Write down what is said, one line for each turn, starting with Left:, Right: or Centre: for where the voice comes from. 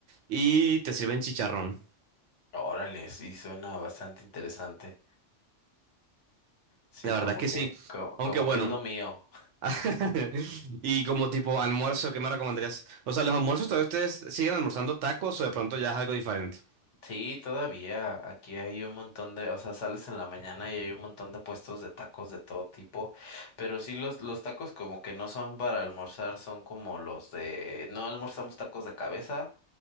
Right: y te sirven chicharrón.
Left: Órale, sí, suena bastante interesante. Sí,
Right: La verdad
Left: como
Right: es que
Left: que,
Right: sí,
Left: co-
Right: aunque
Left: como,
Right: bueno.
Left: que es lo mío.
Right: <laughs> Y como tipo almuerzo, ¿qué me recomendarías? O sea, los almuerzos todavía ustedes siguen almorzando tacos o de pronto ya es algo diferente.
Left: Sí, todavía aquí hay un montón de, o sea, sales en la mañana y hay un montón de puestos de tacos de todo tipo, pero sí los, los tacos como que no son para almorzar, son como los de, no almorzamos tacos de cabeza,